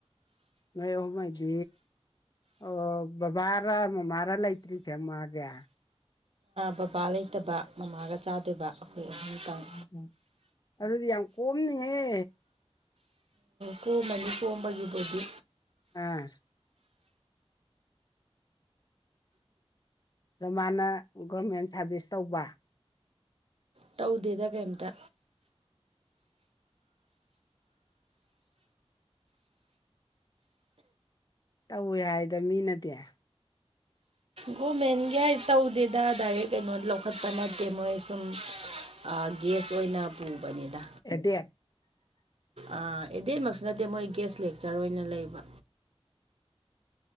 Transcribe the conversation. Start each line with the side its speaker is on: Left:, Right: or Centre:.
Left: ꯅ ꯑꯣ ꯃꯥꯥꯏꯇ ꯑꯣ ꯕꯕꯥꯔ ꯃꯃꯥꯔ ꯂꯩꯇ꯭ꯔꯤꯁꯦ ꯃꯥꯒꯦ
Right: ꯕꯕꯥ ꯂꯩꯇꯕ ꯃꯃꯥꯒ ꯆꯥꯗꯣꯏꯕ ꯑꯩꯈꯣꯏ ꯑꯍꯨꯝꯇꯪ
Left: ꯎꯝ ꯑꯗꯨꯗꯤ ꯌꯥꯝ ꯀꯣꯝꯅꯤꯍꯦ
Right: ꯀꯣꯝꯃꯅꯤ ꯀꯣꯝꯕꯒꯤꯕꯨꯗꯤ
Left: ꯎꯝ ꯑꯗꯨ ꯃꯥꯅ ꯒꯣꯔꯃꯦꯟ ꯁꯥꯔꯚꯤꯁ ꯇꯧꯕ
Right: ꯇꯧꯗꯦꯗ ꯀꯩꯝꯇ
Left: ꯇꯧꯋꯦ ꯍꯥꯏꯗ ꯃꯤꯅꯗꯤꯦ
Right: ꯒꯣꯔꯃꯦꯟꯒꯤ ꯍꯥꯏ ꯇꯧꯗꯦꯗ ꯗꯥꯏꯔꯦꯛ ꯀꯩꯅꯣ ꯂꯧꯈꯠꯄ ꯅꯠꯇꯦ ꯃꯣꯏ ꯁꯨꯝ ꯑ ꯒꯦꯁ ꯑꯣꯏꯅ ꯄꯨꯕꯅꯤꯗ
Left: ꯑꯦꯗꯤ
Right: ꯑꯦꯗꯦꯟꯃꯛꯁꯨ ꯅꯠꯇꯦ ꯃꯣꯏ ꯒꯦꯁ ꯂꯦꯛꯆꯔ ꯑꯣꯏꯅ ꯂꯩꯕ